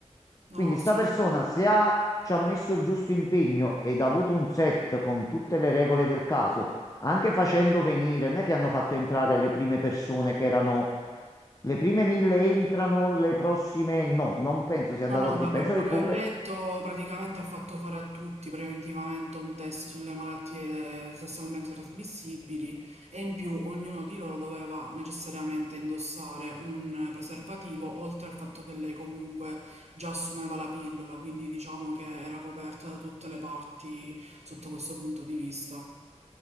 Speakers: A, on the right; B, on the left.
A: No,
B: Quindi
A: no, assolutamente.
B: sta persona, se
A: sì.
B: ha, ci ha messo il giusto impegno ed ha avuto un set con tutte le regole del caso, anche facendo venire, non è che hanno fatto entrare le prime persone che erano... Le prime mille entrano, le prossime no, non penso sia andata
A: No, no,
B: così.
A: da
B: Penso
A: quello
B: che
A: che
B: comunque
A: ho letto praticamente ha fatto fare a tutti preventivamente un test sulle malattie eh, sessualmente trasmissibili e in più ognuno di loro doveva necessariamente indossare un eh, preservativo, oltre al fatto che lei comunque già assumeva la pillola, quindi diciamo che era coperta da tutte le parti sotto questo punto di vista.